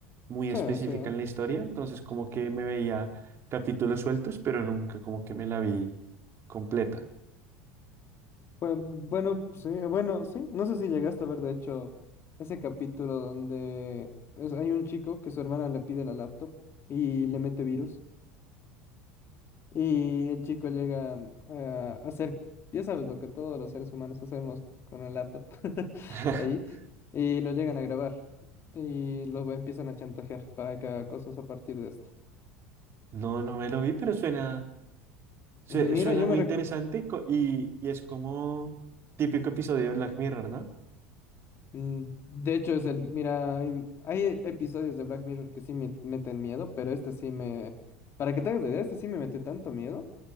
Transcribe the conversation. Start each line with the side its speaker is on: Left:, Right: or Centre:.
Right: muy
Left: Sí,
Right: específica
Left: sí.
Right: en la historia, entonces como que me veía capítulos sueltos, pero nunca como que me la vi completa.
Left: Pues, bueno, sí, bueno, sí. No sé si llegaste a ver, de hecho, ese capítulo donde es- hay un chico que su hermana le pide la laptop y le mete virus. Y el chico llega mm, a hacer, ya sabes, lo que todos los seres humanos hacemos con el laptop <laughs>
Right: <laughs>
Left: ahí, y lo llegan a grabar y lo empiezan a chantajear para que haga cosas a partir de esto.
Right: No, no me lo vi, pero suena, sue-
Left: Mira,
Right: suena
Left: yo
Right: muy
Left: me recuerdo,
Right: interesante co- y, y es como típico episodio de Black Mirror, ¿no?
Left: de hecho es el, mira, hay, hay e- episodios de Black Mirror que sí me meten miedo, pero este sí me, para que te hagas la idea, este sí me metió tanto miedo